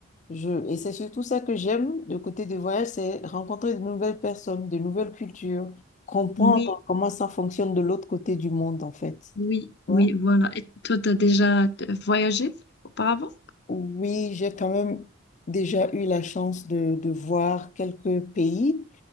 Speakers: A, on the left; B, on the left.
A: Je, et c'est surtout ça que j'aime, le côté des voyages, c'est rencontrer de nouvelles personnes, de nouvelles cultures, comprendre
B: Oui,
A: comment ça fonctionne de l'autre côté du monde, en fait.
B: oui,
A: Ouais.
B: oui, voilà. Et toi, t'as déjà euh, voyagé auparavant?
A: Oui, j'ai quand même déjà eu la chance de, de voir quelques pays.